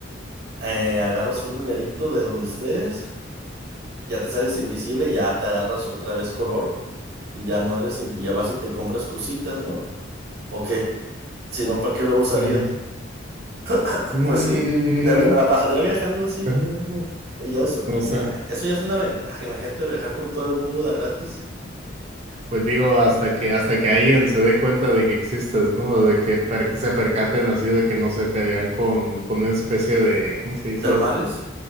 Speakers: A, on the right (about 55°); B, on the right (about 30°).
A: eh, agarras un dinerito de donde estés, ya te sales invisible, ya te agarras otra vez color y ya no eres, in- y ya vas y te compras cositas, ¿no? ¿O qué? Si no, ¿para qué lo usarías?
B: Ujú.
A: <laughs>
B: Mm,
A: Pues sí, te la, me la pasaría viajando así.
B: ah,
A: Y Ya eso,
B: no
A: ya,
B: sé.
A: eso ya es una ventaja. Imagínate viajar por todo el mundo de a gratis.
B: Pues digo, hasta que, hasta que alguien se dé cuenta de que existes, ¿no? De que, per- que se percaten así, de que no se te vean con, con una especie de, ¿cómo se dice
A: Termales,
B: esto?